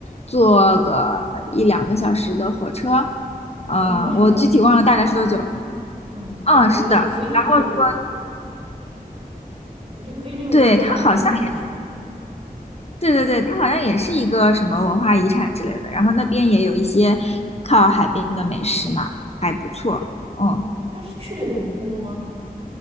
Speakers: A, on the left; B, on the right.
A: 坐个一两个小时的火车。啊、
B: 哦，那还蛮近的，
A: 我具体忘了大概是多久了
B: 嗯，
A: 嗯，
B: 感觉可以列入，
A: 是的。然后如果
B: 对，我觉得可以列入计划。
A: 对它好像也，
B: 哎听你这么说，
A: 对对对，它好像也是一个什么文化遗产之类的。然后那边也有一些靠海边的美食嘛，还不错。嗯。
B: 嗯，但是去的人多吗？